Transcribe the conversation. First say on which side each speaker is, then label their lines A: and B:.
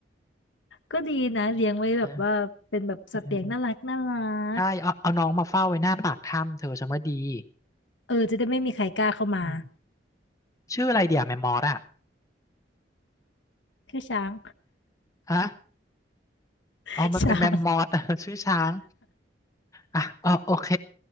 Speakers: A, on the left; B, on the left.
A: ก็ดีนะเลี้ยงไว้แบบว่าเป็นแบบสัตว์เลี้ยงน่ารักน่ารัก
B: เออเออใช่เอาเอาน้องมาเฝ้าไว้หน้าปากถ้ำเธอฉันว่าดี
A: เออจะได้ไม่มีใครกล้าเข้ามา
B: อืมชื่ออะไรเดี๋ยวแมมมอสอะ
A: คือช้าง
B: ฮะ
A: <laughs>
B: อ๋อมันเป็นแมมมอสอะ
A: ช้าง
B: <laughs> ชื่อช้างอ่ะเออโอเค